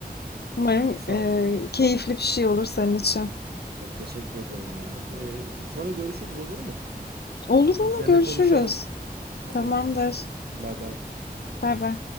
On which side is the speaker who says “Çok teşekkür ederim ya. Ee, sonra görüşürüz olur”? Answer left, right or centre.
Right